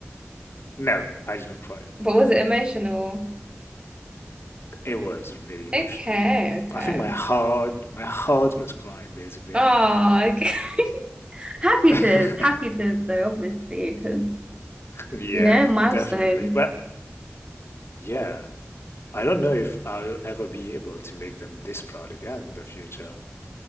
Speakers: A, on the left; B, on the right.
A: No, I didn't cry.
B: But was it emotional?
A: It was really emotional,
B: Okay,
A: yeah.
B: okay.
A: I think my heart, my heart was crying basically.
B: Oh, okay. <laughs> Happy
A: <laughs>
B: tears, happy tears though, obviously, because
A: Yeah,
B: you know, milestone.
A: definitely. But yeah, I don't know if I'll ever be able to make them this proud again in the future.